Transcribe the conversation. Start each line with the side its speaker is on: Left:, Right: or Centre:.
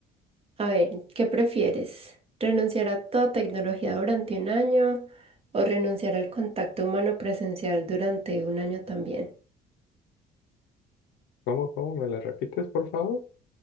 Right: A ver, ¿qué prefieres? ¿Renunciar a toda tecnología durante un año o renunciar al contacto humano presencial durante un año también?
Left: ¿Cómo, cómo? ¿Me la repites, por favor?